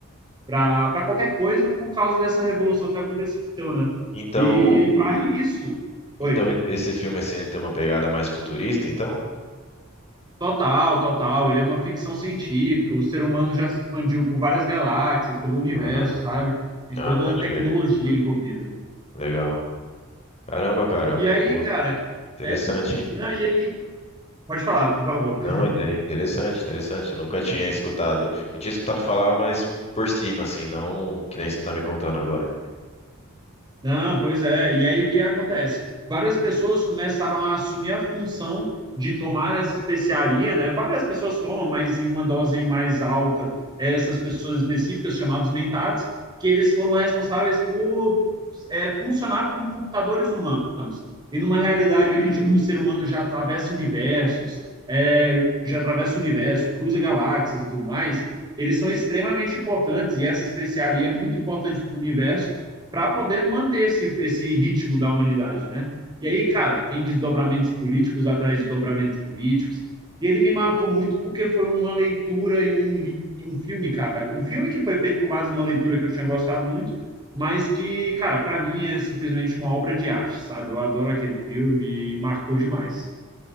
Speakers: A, on the right; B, on the left.
A: para para qualquer coisa, por causa dessa revolução que aconteceu, né?
B: Então,
A: E para isso, oi,
B: então esse filme, assim, ele tem uma pegada mais futurista, então?
A: total, total, ele é uma ficção científica, o ser humano já se expandiu por várias galáxias, pelo universo,
B: Aham.
A: sabe? E
B: Ah,
A: toda
B: pode
A: a tecnologia
B: crer.
A: envolvida.
B: Legal. Caramba, cara,
A: E aí,
B: pô,
A: cara,
B: interessante,
A: é-
B: hein?
A: não, e aí, pode falar, por favor.
B: Não, inte- interessante, interessante. Eu nunca tinha escutado. Eu tinha escutado falar, mas por cima, assim, não que nem você tá me contando agora.
A: Não, pois é. E aí o que acontece? Várias pessoas começaram a assumir a função de tomar essa especiaria, né? Várias pessoas tomam, mas em uma dose mais alta, essas pessoas específicas, chamados mentates, que eles foram responsáveis por é, funcionar como computadores humanos. E numa realidade onde tipo, o ser humano já atravessa universos, é, já atravessa o universo, cruza galáxias e tudo mais, eles são extremamente importantes, e essa especiaria é muito importante para o universo, para poder manter esse, esse ritmo da humanidade, né? E aí, cara, tem desdobramentos políticos atrás de desdobramentos políticos. E ele me marcou muito porque foi uma leitura e um, um filme, cara. Um filme que foi feito com base numa leitura que eu tinha gostado muito, mas que, cara, para mim é simplesmente uma obra de arte, sabe? Eu adoro aquele filme e marcou demais.